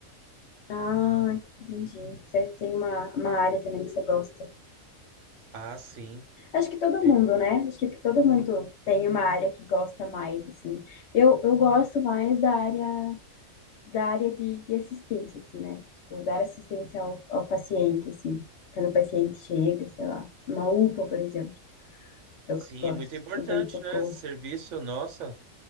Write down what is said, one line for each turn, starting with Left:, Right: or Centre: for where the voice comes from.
Left: Ah, entendi. Você tem uma, uma área também que você gosta.
Right: Ah, sim.
Left: Acho que todo
Right: É,
Left: mundo, né? Acho que todo mundo tem uma área que gosta mais, assim. Eu, eu gosto mais da área, da área de, de assistência, assim, né? Tipo, dar assistência ao, ao paciente, assim. Quando o paciente chega, sei lá, uma UPA, por exemplo.
Right: sim,
Left: Eu gosto.
Right: é muito importante,
Left: Do pronto-socorro.
Right: né? Esse serviço, nossa,